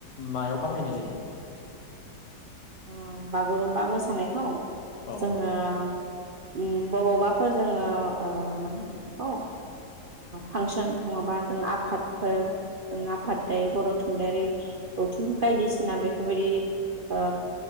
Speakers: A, on the left; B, on the right.
A: मायाव बाहायनाय जायो?
B: अ बागुरुमबा मोसानायखौ?
A: औ
B: जोङो ओं बबावबाफोर जोङो ओ मा होनो बेखौ फांसन नङाबा जों आफादफोर जों आफाद थायो बर' थुनलाइयारि गौथुम बायदिसिना बेफोरबायदि ओ